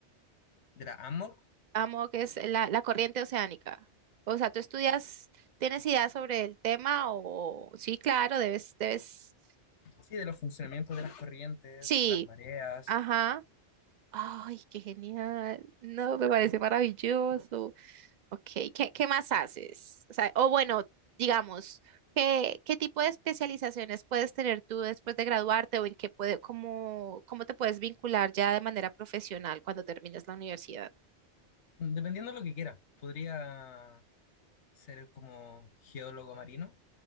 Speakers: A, on the left; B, on the right.
A: De la amo,
B: AMOC es la, la corriente oceánica. O sea, tú estudias, ¿tienes idea sobre el tema? O sí, claro, debes, debes.
A: sí, de los funcionamientos de las corrientes,
B: Sí,
A: las mareas,
B: Ajá. Ay, qué genial. No, me parece maravilloso. Ok, ¿qué, qué más haces? O sea, o bueno, digamos, ¿qué, qué tipo de especializaciones puedes tener tú después de graduarte o en qué puede, cómo, cómo te puedes vincular ya de manera profesional cuando termines la universidad?
A: dependiendo de lo que quiera. Podría ser como geólogo marino